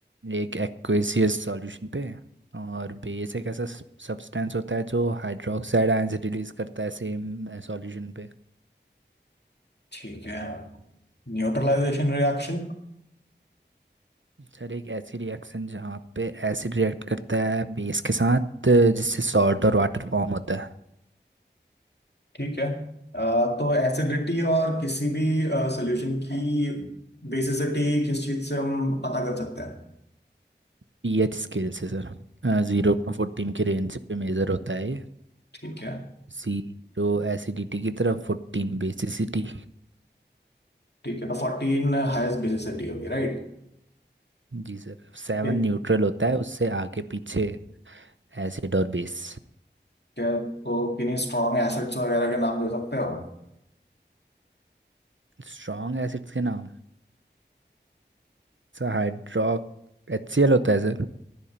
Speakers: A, on the right; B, on the left.
A: एक एक्वेसियस सॉल्यूशन पे और बेस एक ऐसा सब्सटेंस होता है जो हाइड्रोक्साइड आयंस रिलीज करता है सेम सॉल्यूशन पे
B: ठीक है Neutralisation reaction
A: सर एक ऐसी रिएक्शन जहाँ पे एसिड रिएक्ट करता है बेस के साथ अ, जिससे सॉल्ट और वाटर फॉर्म होता है
B: ठीक है अ, तो एसिडिटी और किसी भी सॉल्यूशन की बेसिसिटी किस चीज से हम पता कर सकते हैं
A: पीएच स्केल से सर जीरो टू फोर्टीन के रेंज पे मेजर होता है ये
B: ठीक है
A: जीरो एसिडिटी की तरफ फोर्टीन बेसिसिटी
B: ठीक है तो फोर्टीन हाईएस्ट बेसिसिटी होगी राइट
A: जी सर सेवन
B: किन
A: न्यूट्रल होता है उससे आगे पीछे एसिड और बेस
B: क्या तो किन्हीं स्ट्रॉन्ग एसिड्स वगैरह के नाम दे सकते हो
A: स्ट्रॉन्ग एसिड्स के नाम Sir hydro H C L होता है sir